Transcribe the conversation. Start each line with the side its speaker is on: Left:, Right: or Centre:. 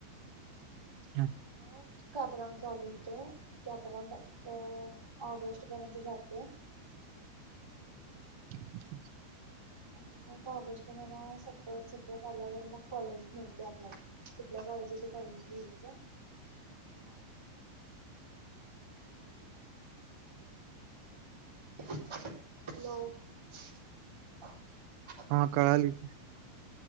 Right: हा
Centre: मग कॅपराऊंड चालू हुतंय, कॅपराऊंड अ ऑगस्ट पर्यंत जातोय.
Right: आई लदम
Centre: आणि मग ऑगस्ट महिना सपत सपत आल्यावर, मग कॉलेज मिळतंय आपल्याला. कुठल्या पाहिजे ते कॉलेज घेऊचं <unintelligible> हॅलो.
Right: हा कळालं की.